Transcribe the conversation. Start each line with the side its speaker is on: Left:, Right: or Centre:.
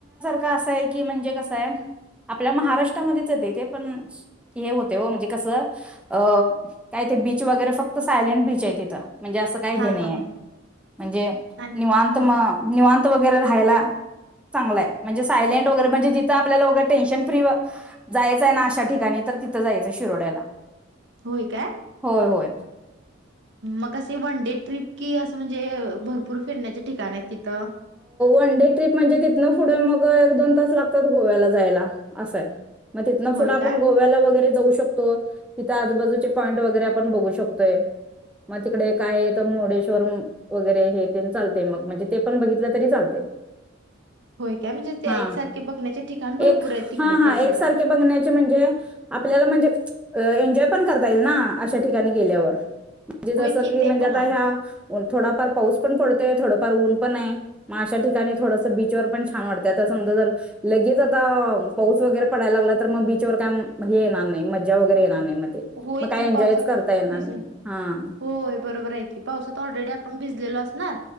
Centre: का असं आहे की म्हणजे कसं आहे आपल्या महाराष्ट्रामध्येच येत ते पण हे होते हो म्हणजे कसं अ काय ते बीच वगैरे फक्त सायलेंट बीच आहे तिथं. म्हणजे असं काही
Right: हा
Centre: हे नाही
Right: हा
Centre: आहे
Right: हा
Centre: म्हणजे
Right: आणि
Centre: निवांत
Right: हा
Centre: म निवांत- वगैरे राहिला चांगला हे म्हणजे सायलेंट वगैरे म्हणजे तिथे आपल्याला वगैरे- टेनशन फ्री वा- जायचंय ना अशा ठिकाणी तर त- कुठ जायचं शिरोड्याला.
Right: होय काय
Centre: होय होय
Right: मग असे वन डे ट्रीप कि असं म्हणजे भरपूर फिरण्याचे ठिकाण आहेत. तिथं
Centre: सडे ट्र्रीप म्हणजे तिथनं पुढे मग एक दोन तास लागतात गोव्याला जायला असंय मग तिथन
Right: होय
Centre: पुढं आपण
Right: काय?
Centre: गोव्याला वगैरे जाऊ शकतो तिथं आजूबाजूचे पॉईंट वगैरे आपण बघू शकतोय मग तिकडे एक आहे मोडेश शोरूम वगैरे हे तेन चालतंय मग म्हणजे ते पण बघितलं तरी चालत
Right: होय काय म्हणजे त्या
Centre: हा
Right: एकसारखे बघण्याचे ठिकाण भरपूर
Centre: एक
Right: आहेत तिकडं
Centre: हा हा
Right: त्या साईडला.
Centre: एकसारखे बघण्याचे म्हणजे आपल्याला म्हणजे अ एन्जॉय पण करता येईल ना अशा ठिकाणी गेल्यावर म्हणजे जस
Right: होय की
Centre: कि
Right: ते
Centre: म्हणजे
Right: पण
Centre: आता
Right: आहे
Centre: ह्या थोडाफार पाऊस पण पडतो थोडफार ऊन पण मग अशा ठिकाणी थोडस बीचवर पण छान वाटत आ समजा जर लगेच आता पाऊस वगैरे पडायला लागला तर मग बीचवर काय हे येणार नाही मज्जा वगैरे येणार नाही मग ते
Right: होय
Centre: मग काय
Right: की
Centre: एन्जॉयच
Right: पावसात
Centre: करता येणार
Right: भिजून
Centre: नाही हा
Right: होय बरोबर आहे कि पावसात ऑलरेडी आपण भिजलेलो असणार